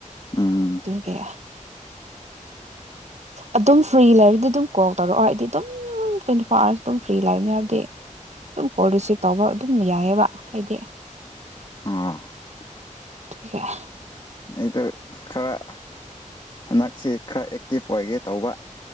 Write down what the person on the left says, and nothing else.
ꯎꯝ
ꯑ
ꯑꯩꯗꯣ ꯈꯔ ꯍꯟꯗꯛꯁꯤ ꯈꯔ ꯑꯦꯛꯇꯤꯞ ꯑꯣꯏꯒꯦ ꯇꯧꯕ